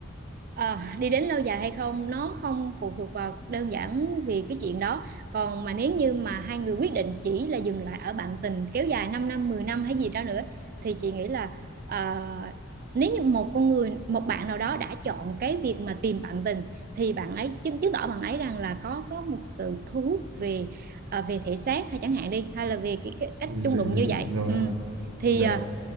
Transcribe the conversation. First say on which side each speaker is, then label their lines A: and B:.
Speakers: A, on the right; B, on the right.
A: ờ, đi đến lâu dài hay không nó không phụ thuộc vào đơn giản vì cái chuyện đó còn mà nếu như mà hai người quyết định chỉ là dừng lại ở bạn tình kéo dài 5 năm 10 năm hay gì đó nữa thì chị nghĩ là ờ, nếu như một con người một bạn nào đó đã chọn cái việc mà tìm bạn tình thì bạn ấy chứng chứng tỏ bạn ấy rằng là có có một sự thu hút về ờ, về thể xác hay chẳng hạn đi hay là về cái, cái cách
B: Về
A: chung
B: giới
A: đụng
B: tính
A: như vậy
B: rồi
A: ừ. thì
B: dạ
A: ờ,